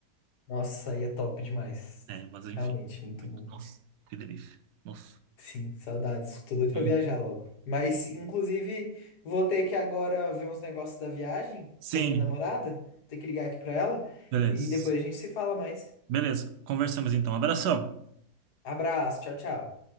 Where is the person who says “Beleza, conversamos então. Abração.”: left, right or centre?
Right